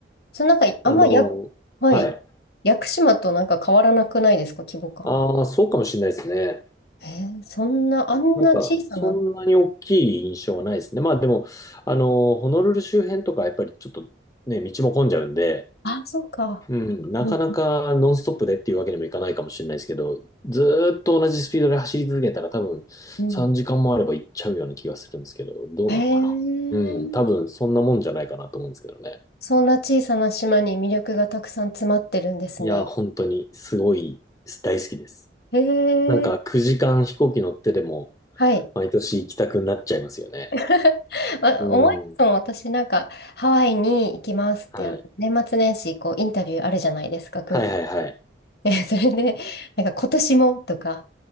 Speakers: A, on the left (about 55°); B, on the left (about 20°).
A: そのなんか、あんまや、
B: あの、
A: はい。
B: はい。
A: 屋久島となんか変わらなくないですか、規模感。
B: ああ、そうかもしれないですね。
A: えー、そんな、あんな小さな。
B: なんか、そんなに大きい印象はないですね。まあでも、あの、ホノルル周辺とかやっぱりちょっとね、道も混んじゃうんで、
A: あ、そうか。
B: うん、なかなかノンストップでっていうわけにもいかないかもしれないですけど、
A: うん、
B: ずーっと同じスピードで走り続けたら多分3時間もあれば行っちゃうような気がするんですけど、
A: うん。
B: どうなのかな。
A: へえ。
B: うん、多分そんなもんじゃないかなと思うんですけどね。
A: そんな小さな島に魅力がたくさん詰まってるんですね。
B: いや、本当にすごい大好きです。
A: へえ、
B: なんか9時間飛行機乗ってでも
A: はい。
B: 毎年行きたくなっちゃいますよね。
A: <laughs> あ思いますもん、
B: うん。
A: 私なんか、ハワイに行きますって、
B: はい。
A: あの、年末年始、こう、インタビューあるじゃないですか、空港で。
B: はいはいはい。
A: で <laughs> それで、なんか、今年もとか。